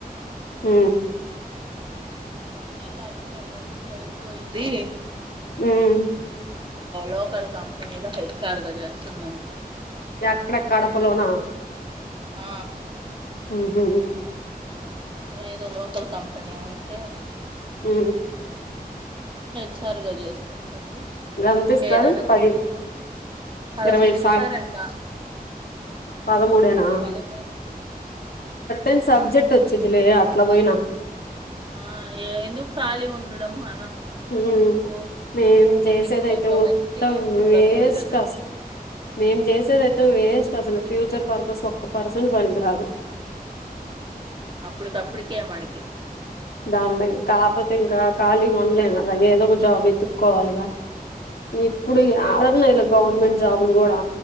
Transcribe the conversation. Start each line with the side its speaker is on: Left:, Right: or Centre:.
Left: ఉ
Right: మొన్నెగా అయిపోయింది లీవ్ అయిపోయింది
Left: ఉమ్
Right: లోకల్ కంపెనీ హెచ్ఆర్గ చేస్తుందంట
Left: యక్కడ కడపలోన
Right: ఆ
Left: ఉహు
Right: ఏదో లోకల్ కంపెనీ ఉంటే
Left: ఉ
Right: హెచ్ఆర్గా చేసుకుంటుంది
Left: ఎంతిస్తారు
Right: ఏదన్నా
Left: పది
Right: <unintelligible> పదమూడు
Left: ఇరవై ఐదు
Right: ఇస్తారంట
Left: సా పదమూడేనా
Right: పదమూడు
Left: ఎన్ సబ్జెక్ట్ వచ్చిదిలే అట్ల పోయినా
Right: ఆ ఎందు కాళి ఉండడం మన అందుకని
Left: హ్మ్
Right: పోతు
Left: మేం జెసేదైతే
Right: ఎక్ కొంచెం
Left: మొత్తం
Right: ఎక్స్పీరియన్స్ కూడా
Left: వేస్ట్
Right: వస్తది కదా
Left: అస్ మేం జెసేదైతే వేస్ట్ అసలు ఫ్యూచర్ పర్పస్ ఒక్క పర్సెంట్ పనికి రాదు
Right: అప్పుడ్కపుడికే మనకి
Left: <unintelligible> కాకపోతే ఇంకా ఖాళీ గుండ్లేను అలా ఏదో ఒక జాబ్ ఎత్తుక్కోవాలిగా ఇప్పుడు
Right: ఉమ్
Left: యడున్నయ్ గవర్నమెంట్ జాబుల్ గూడా